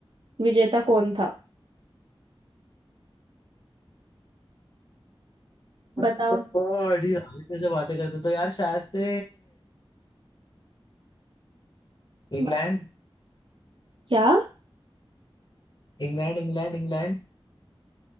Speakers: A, on the right; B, on the left.
A: विजेता कौन था बताओ
B: ओ, अड़ी, आगे से बातें करते तो यार शायद से इंग्लैंड
A: ब- क्या
B: England England England